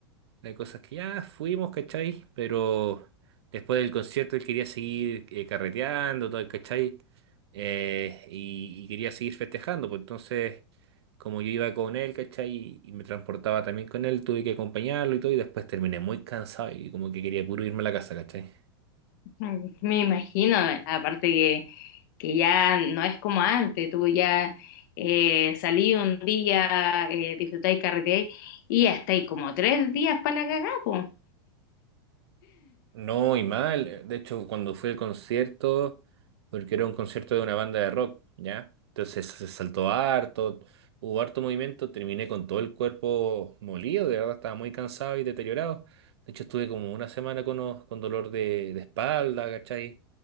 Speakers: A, on the right; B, on the left.
A: Hay cosas que ya fuimos, ¿cachai? Pero después del concierto él quería seguir eh, carreteando, todo, ¿cachai? Eh, y, y quería seguir festejando, pues entonces, como yo iba con él, ¿cachai? Y, y me transportaba también con él, tuve que acompañarlo y todo, y después terminé muy cansado y como que quería puro irme a la casa, ¿cachai?
B: Mm, me imagino, aparte que, que ya no es como antes, tú ya eh, salí un día, eh, disfrutáis carreteáis y ya estáis como tres días para la cagada, po.
A: No, y mal. De hecho, cuando fui al concierto, porque era un concierto de una banda de rock, ¿ya? Entonces se saltó harto, hubo harto movimiento, terminé con todo el cuerpo molido, de verdad estaba muy cansado y deteriorado. De hecho, estuve como una semana con, o- con dolor de, de espalda, ¿cachai?